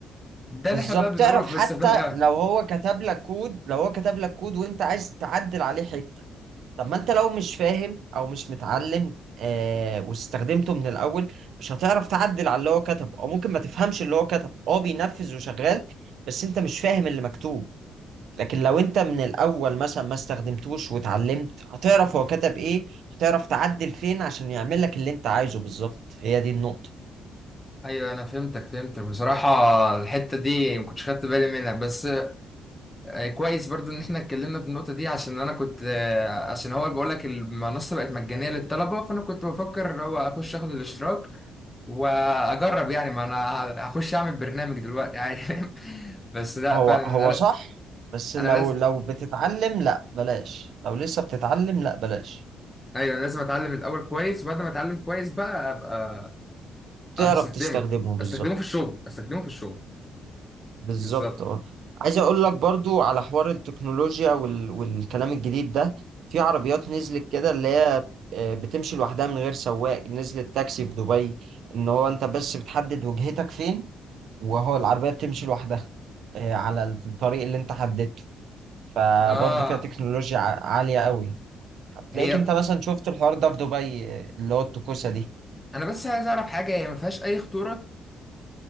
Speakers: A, on the left; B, on the right.
A: ده
B: بالظبط
A: اللي احنا بقى بنقوله
B: تعرف
A: في
B: حتى
A: استخدام الاي
B: لو هو كتب لك كود لو هو كتب لك كود وانت عايز تعدل عليه حته طب ما انت لو مش فاهم او مش متعلم آه واستخدمته من الاول مش هتعرف تعدل على اللي هو كتبه او ممكن ما تفهمش اللي هو كتبه هو بينفذ وشغال بس انت مش فاهم اللي مكتوب لكن لو انت من الاول مثلا ما استخدمتوش واتعلمت هتعرف هو كتب ايه هتعرف تعدل فين عشان يعمل لك اللي انت عايزه بالظبط هي دي النقطة
A: ايوه انا فهمتك فهمتك بصراحه الحته دي ما كنتش خدت بالي منها بس آه، كويس برضو ان احنا اتكلمنا في النقطة دي عشان انا كنت آه، عشان هو بقول لك المنصة بقت مجانية للطلبة فانا كنت بفكر ان هو اخش اخد الاشتراك واجرب يعني ما انا هخش اعمل برنامج دلوقتي عادي فاهم <laughs> بس لا
B: هو
A: فعلا
B: هو
A: انا
B: صح بس لو
A: أنا لازم
B: لو بتتعلم لا بلاش لو لسه بتتعلم لا بلاش
A: ايوه أنا لازم اتعلم الاول كويس وبعد ما اتعلم كويس بقى ابقى
B: تعرف
A: هستخدمه
B: تستخدمه بالظبط
A: استخدمه في الشغل استخدمه في الشغل
B: بالظبط
A: بالظبط
B: اه عايز اقول لك برضو على حوار التكنولوجيا وال... والكلام الجديد ده في عربيات نزلت كده اللي هي آه، بتمشي لوحدها من غير سواق نزلت تاكسي في دبي ان هو انت بس بتحدد وجهتك فين وهو العربية بتمشي لوحدها آه، على الطريق اللي انت حددته فبرضو
A: اه
B: فيها تكنولوجيا ع- عالية قوي هتلاقيك
A: هي
B: انت مثلا شفت الحوار ده في دبي آه، اللي هو التكوسة دي
A: انا بس عايز اعرف حاجة هي ما فيهاش اي خطورة